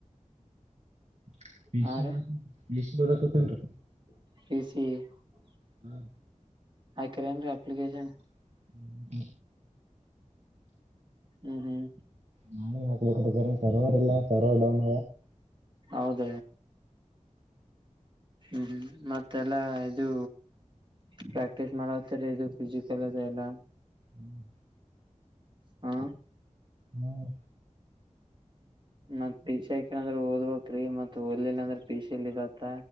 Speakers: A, on the right (about 60°); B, on the right (about 40°).
A: <unintelligible>
B: ಹಾ ರೀ
A: <inaudible> ಹತೇನ್ ರೀ
B: <unintelligible> <inaudible>
A: ಹ್ಮ್
B: ಆಕ್ರ ಏನ್ <unintelligible> ಅಪ್ಲಿಕೇಶನ್
A: <unintelligible>
B: ಹ್ಮ್ ಹ್ಮ್
A: ನ ಹಾಗಾಗಲಿ ಕಡೆ ಜರ ಸರ್ವರ್ ಇಲ್ಲ ಸರ್ವರ್ ಡೌನ್
B: ಹೌದ ಹ್ಮ್ ಹ್ಮ್ ಮತ್ತೆಲ್ಲಾ ಇದು ಪ್ರಾಕ್ಟೀಸ್ ಮಾಡತಾರೆ ಇದು ಫಿಸಿಕಲ್ ಅದೆ ಎಲ್ಲ
A: ಹ್ಮ್
B: ಹಾ
A: ಹ್ಮ್
B: ಮತ್ತ ಈರೆ <unintelligible> ಓದ್ಬೇಕ್ರೀ ಮತ್ತ <unintelligible> ಲಲ್ಲ ಅಂದ್ರೆ ಪಿಸಿಲ್ ಇದತ್ತ